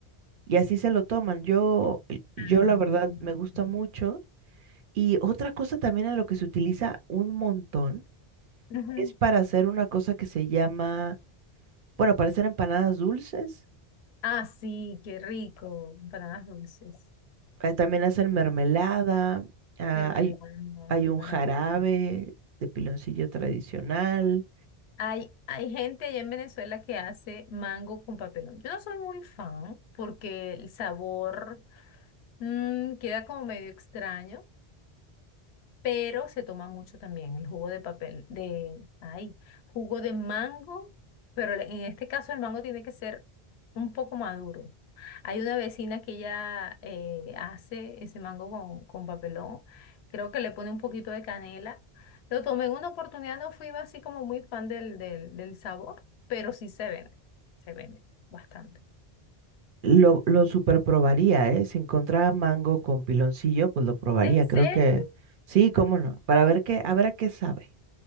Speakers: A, on the right; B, on the left.
A: y así se lo toman. Yo, eh, yo
B: Ah,
A: la verdad me gusta
B: sí.
A: mucho. Y otra cosa también en lo que se utiliza un montón
B: Ujú.
A: es para hacer una cosa que se llama, bueno, para hacer empanadas dulces.
B: Ah, sí, qué rico. Empanadas dulces.
A: eh, también hacen mermelada. Ah,
B: Mermelada,
A: hay Hay
B: qué
A: un
B: maravilla.
A: jarabe de piloncillo tradicional.
B: Hay, hay gente allá en Venezuela que hace mango con papelón. Yo no soy muy fan porque el sabor mm, queda como medio extraño. pero se toma mucho también el jugo de papel, de, ay, jugo de mango, pero le- en este caso el mango tiene que ser un poco maduro. Hay una vecina que ella eh, hace ese mango con, con papelón, creo que le pone un poquito de canela. Lo tomé en una oportunidad, no fui así como muy fan del, del, del sabor, pero sí se vende, se vende bastante.
A: Lo, lo super probaría, ¿eh? Si encontraba mango con piloncillo, pues lo probaría.
B: ¿En serio?
A: Creo que sí, cómo no. Para ver qué, a ver a qué sabe.